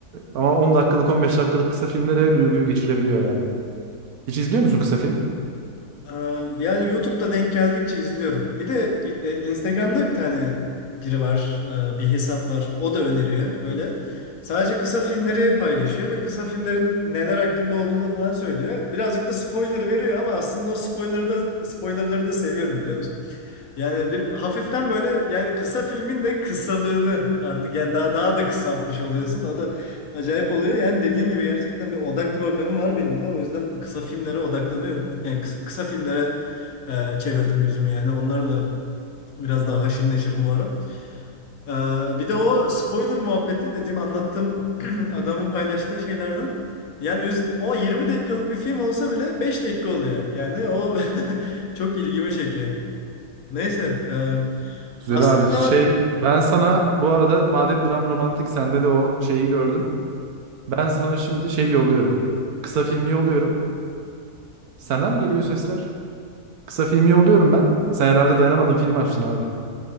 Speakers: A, on the right; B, on the left.
A: ama 10 dakikalık, 15 dakikalık kısa filmlere duyguyu geçirebiliyor yani. Hiç izliyor musun kısa film?
B: Aa, Yani YouTube'da denk geldikçe izliyorum. Bir de e, Instagram'da bir tane biri var, e, bir hesap var. O da öneriyor böyle. Sadece kısa filmleri paylaşıyor ve kısa filmlerin neler hakkında olduğunu falan söylüyor. Birazcık da spoiler veriyor ama aslında o spoiler'ı da spoilerları da seviyorum biliyor musun? Yani bir hafiften böyle yani kısa filmin de kısalığını artık yani daha daha da kısaltmış oluyorsun. O da Acayip oluyor. Yani dediğin gibi gerçekten bir odak problemi var benim de. O yüzden kısa filmlere odaklanıyorum. Yani kısa, kısa filmlere e, çevirdim yüzümü yani. Onlarla biraz daha haşır neşirim bu ara. E, bir de o spoiler muhabbeti dediğim anlattığım <clears throat> adamın paylaştığı şeylerden. Yani üz- o 20 dakikalık bir film olsa bile 5 dakika oluyor. Yani o <laughs> çok ilgimi çekiyor. Neyse. e,
A: Güzel
B: aslında
A: abi. Şey ben sana bu arada madem dram romantik sende de o şeyi gördüm. Ben sana şimdi şey yolluyorum. Kısa filmi yolluyorum. Senden mi geliyor sesler? Kısa filmi yolluyorum ben. Sen herhalde dayanamadın filmi açtın abi.